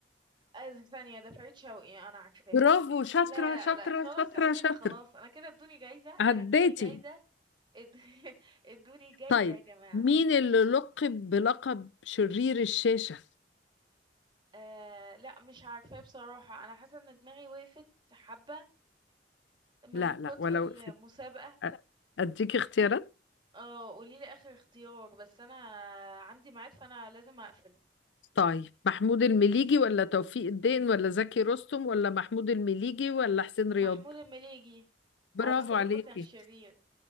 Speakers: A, on the right; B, on the left.
A: آه، ثانية ده فريد شوقي أنا عارفاه
B: برافو شاطرة
A: لا لا
B: شاطرة
A: لا خلاص
B: شاطرة
A: أنا كده
B: شاطرة
A: خلاص أنا كده ادوني جايزة
B: عديتي
A: أنا ادوني جايزة اد- <laughs> ادوني جايزة
B: طيب
A: يا جماعة
B: مين اللي لقب بلقب شرير الشاشة
A: آه لا مش عارفة بصراحة أنا حاسة إن دماغي وقفت حبة من
B: لا
A: كتر
B: لا ولا وقفت
A: المسابقة
B: أ- أديك اختيارات
A: اه قوليلي آخر اختيار بس أنا عندي ميعاد فأنا لازم أقفل
B: طيب محمود المليجي ولا توفيق الدين ولا زكي رستم ولا محمود المليجي ولا حسين رياض
A: محمود المليجي
B: برافو
A: أعتقد
B: عليكي
A: هو كان شرير